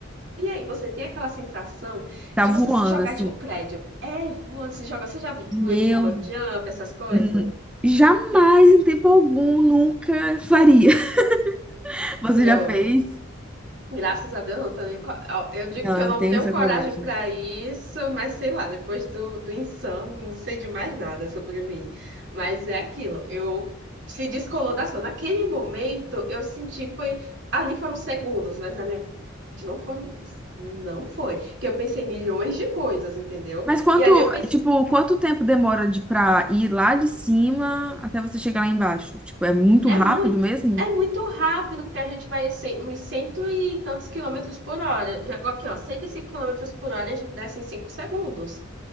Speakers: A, on the right (about 65°); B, in the centre.
A: E aí você tem aquela sensação
B: Tá
A: de
B: voando,
A: você se jogar
B: assim.
A: de um prédio. É, voando, se joga. Você já
B: Meu,
A: foi de bungee jump, essas coisas?
B: hum, jamais em tempo algum, nunca faria. <laughs> Você
A: Pronto.
B: já fez?
A: Graças a Deus, eu não tô nem co- eu digo
B: Não,
A: que eu
B: eu
A: não
B: não tenho
A: tenho
B: essa
A: coragem
B: coragem.
A: para isso, mas sei lá, depois do, do insano, não sei de mais nada sobre mim. Mas é aquilo, eu se descolou da ação. Naquele momento, eu senti, foi, ali foram segundos, mas na minha mente não foram minutos. Não foi. Que eu pensei milhões de coisas, entendeu?
B: Mas quanto,
A: E ali eu pensei,
B: tipo, quanto tempo demora de pra ir lá de cima até você chegar lá embaixo? Tipo, é muito
A: é
B: rápido
A: muito.
B: mesmo?
A: É muito rápido, porque a gente vai a uns cento e tantos quilômetros por hora. Já aqui, ó, 105 quilômetros por hora, e a gente desce em cinco segundos.